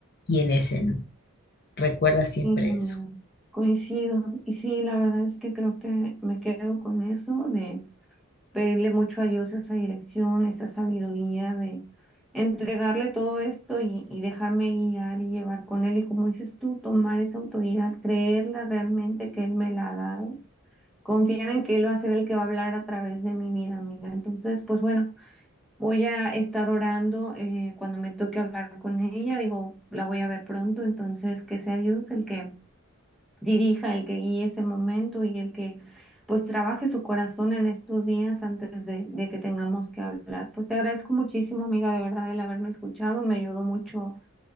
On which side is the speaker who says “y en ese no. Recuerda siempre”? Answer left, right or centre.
Left